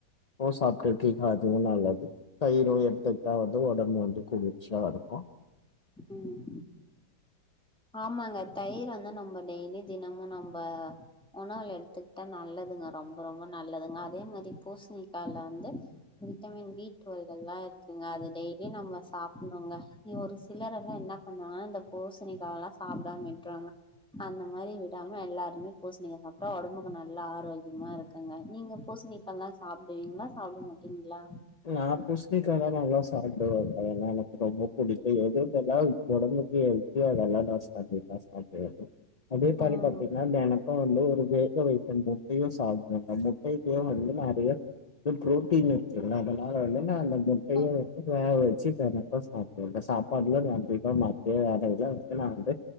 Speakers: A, on the left; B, in the centre.
A: உம் சாப்ட்டு இருக்கீங்க அதுவு நல்லது தயிரும் எடுத்துட்டா வந்து ஒடம்பு வந்து குளிர்ச்சியா இருக்கூ
B: ம் ஆமாங்க தயிர வந்து நம்ம டெய்லி தினமு நம்ம உணவுல எடுத் கத்துக்கிட்டா நல்லதுங்க ரொம்ப ரொம்ப நல்லதுங்க அதே மாதிரி பூசணிக்கால வந்து விட்டமின் பி டுவெல்கல்லா இருக்குங்க அது டெய்லியு நம்ம சாப்டணுங்க ஒரு சிலரெல்லா என்ன பண்ணுவாங்கன்னா இந்த பூசணிக்காவல்லா சாப்டாம விட்ருவாங்க அந்த மாரி விடாம எல்லாருமே பூசணிக்கா சாப்ட்டா ஒடம்புக்கு நல்லா ஆரோக்கியமாக இருக்கு ங்க நீங்க பூசணிக்கால்லா சாப் விங்களா சாப்ட மாட்டீங்களா
A: நா பூசணிக்காதா நல்லா சாப்டுவே அதல்லா எனக்கு ரொம்ப புடிக்கும் எது எதல்லா ஒடம்புக்கு கெல்தியோ அதெல்லாம் நா சாப்டுவே நா சாப்டுவே அதே மாரி
B: ம்
A: பாத்தீங்கன்னா எனக்கும் வந்து ஒரு வேக வைத்த மு அய்யோ சாப்டுவே <unintelligible> <unintelligible> வந்து மாறிய ப்ரோட்டீன் அதனால வந்து நா அந்த முட்டைய
B: ம்
A: வந்து வேக வச்சு கணக்கா சாப்புடுவேங்க சாப்பாடுல வந்துட்டா மத்திய வேலல்ல வந்து நா வந்து